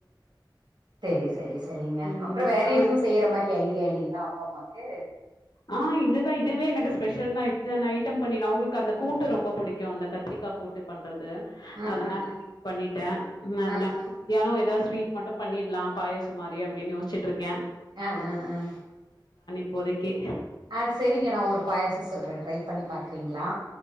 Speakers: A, on the right (about 65°); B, on the left (about 60°).
A: சரி சரி சரிங்க
B: ம்
A: அப்பறோ வேற
B: ஆ
A: எதுவும் செய்யற மாரி ஐ அப்டியா இல்லங்களா அப்பா அம்மாக்கு
B: ஆ இதுதா இதுவே எனக்கு ஸ்பெஷல்தா இத்தன ஐட்டம் பண்ணிட்டு அவுங்களுக்கு அந்த கூட்டு ரொம்ப புடிக்கும் அந்த கத்திரிக்கா போட்டு பண்றது
A: ஆ
B: அதனால
A: ஆ ஆ
B: பண்ணிட்டே அதனால
A: ஆ ஆ
B: மத்தியானோ எதாவது சொல் ஸ்வீட் மட்டு பண்ணிட்லா பாயசோ மாரி அப்டின்னு யோச்சுட்டுருக்கே
A: அ அ அ
B: இப்போதைக் கே
A: ஆ சரிங்க நா ஒரு பாயசோ சொல்றே ட்ரை பண்ணி பாக்குறீங்களா